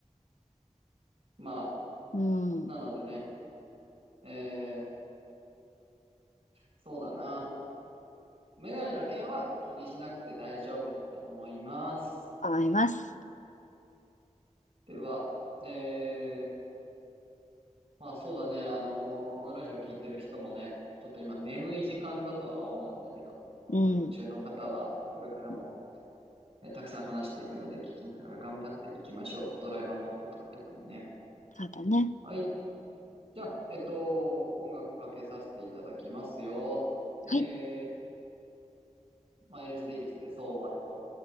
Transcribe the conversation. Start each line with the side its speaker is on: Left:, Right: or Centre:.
Right: う。まあ、
Left: うん。
Right: なのでね、えー、そうだな。メガネの件は気にしなくて大丈夫だと思います。
Left: 思います。
Right: では、えー、まあそうだね。あのーこのラジオ聞いてる人もね、ちょっと今眠い時間だとは思うんだけど、まあお仕事中の方はこれからも、
Left: うん。うん
Right: ね、たくさん話していくので聞きながら頑張っていきましょう。ドライバーの方とか特にね。
Left: そうだね。
Right: はい。じゃあ、えっと、音楽かけさせていただきますよ。えー、
Left: はい。
Right: マイルス・デイビスで、So What?